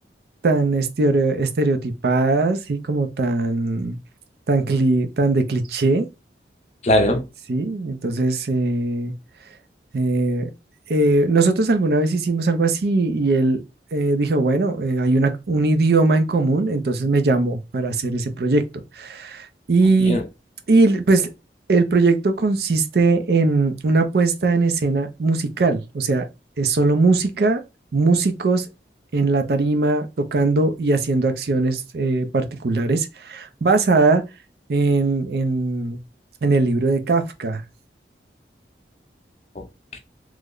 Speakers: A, on the right; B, on the left.
A: tan estereo- estereotipadas, ¿sí? Como tan, tan, cli- tan de cliché,
B: Claro,
A: ¿sí? Entonces, eh, eh, eh, nosotros alguna vez hicimos algo así y él eh, dijo, bueno, eh, hay una, un idioma en común, entonces me llamó para hacer ese proyecto. Y,
B: a pleno.
A: y pues el proyecto consiste en una puesta en escena musical, o sea, es solo música, músicos en la tarima tocando y haciendo acciones eh, particulares basada en, en, en el libro de Kafka,
B: Ok.